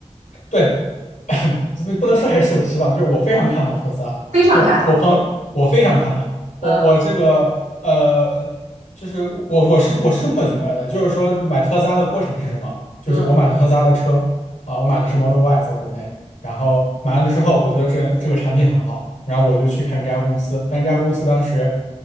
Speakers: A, on the left (about 85°); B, on the right (about 80°).
A: 对，<laughs> 不能说还是有希望，就是我非常看好特斯拉，
B: 非常看好。
A: 就我朋友我非常看好，我我这个呃，
B: 嗯
A: 就是我我是我是这么觉得的，就是说买特斯拉的过程是什么？就是我买了特斯拉的车啊，
B: 嗯
A: 我买的是 Model Y，在国内，然后买完了之后，我觉得这这个产品很好，然后我就去看这家公司，但这家公司当时